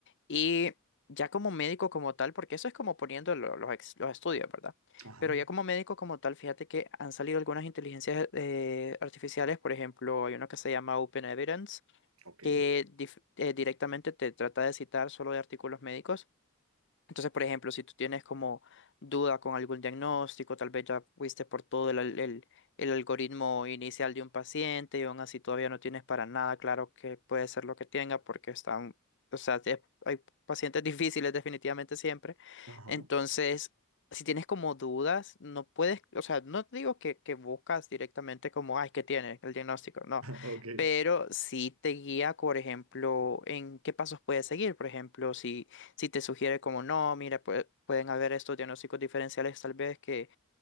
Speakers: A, on the left; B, on the right.
A: Y ya como médico como tal, porque eso es como poniendo lo- los, ex- los estudios, ¿verdad?
B: ajá,
A: Pero ya como médico como tal, fíjate que han salido algunas inteligencias eh, artificiales, por ejemplo, hay uno que se llama Open Evidence,
B: ok,
A: que dif- eh, directamente te trata de citar solo de artículos médicos. Entonces, por ejemplo, si tú tienes como duda con algún diagnóstico, tal vez ya fuiste por todo el, al- el- el algoritmo inicial de un paciente y aún así todavía no tienes para nada claro qué puede ser lo que tenga porque están, o sea, te- hay pacientes <laughs> difíciles definitivamente siempre.
B: ajá,
A: Entonces,
B: <laughs>
A: si tienes como dudas, no puedes, o sea, no te digo que, que buscas directamente como, ay, ¿qué tiene el diagnóstico? No,
B: ok,
A: pero sí te guía, por ejemplo, en qué pasos puedes seguir, por ejemplo, si si te sugiere como no, mira, pue- pueden haber estos diagnósticos diferenciales tal vez que,